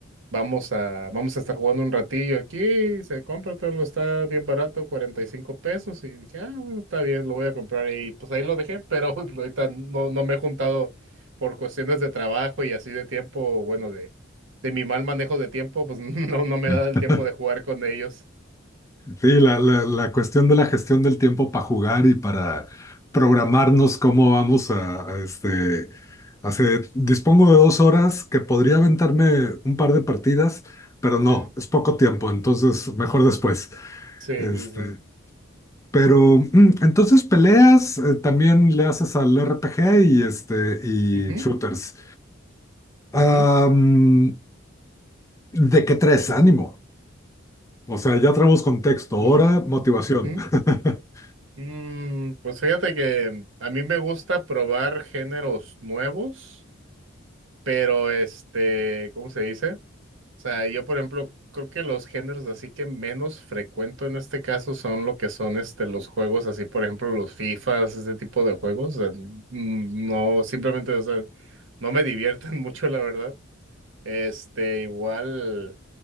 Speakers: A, on the right (about 70°); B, on the left (about 15°).
A: vamos a, vamos a estar jugando un ratillo aquí, se compra, todo lo está bien barato, cuarenta y cinco pesos, y dije, ah, bueno, está bien, lo voy a comprar, y pues ahí lo dejé, pero <laughs> ahorita no, no me he juntado por cuestiones de trabajo y así de tiempo, bueno, de, de mi mal manejo de tiempo, pues <laughs> no, no me
B: <laughs>
A: da el tiempo de jugar con ellos.
B: Sí, la,
A: Mm.
B: la- la cuestión de la gestión del tiempo para jugar y para programarnos cómo vamos a, a, este, hace, dispongo de dos horas que podría aventarme un par de partidas, pero
A: Sí,
B: no, es poco tiempo, entonces mejor después.
A: sí,
B: Este,
A: sí, sí.
B: pero mm, entonces peleas, eh, también le haces al RPG y este y
A: Ujú,
B: shooters. Am,
A: ujú,
B: ¿de qué tres? Ánimo. O sea, ya traemos contexto,
A: ujú,
B: hora, motivación.
A: ujú.
B: <laughs>
A: Mm, pues fíjate que a mí me gusta probar géneros nuevos, pero este, ¿cómo se dice? O sea, yo por ejemplo, creo que los géneros así que menos frecuento en este caso son lo que son este los juegos así, por ejemplo, los FIFAs, ese tipo de juegos. o sea, mm, no, simplemente, o sea, no me divierten <laughs> mucho, la verdad. Este, igual,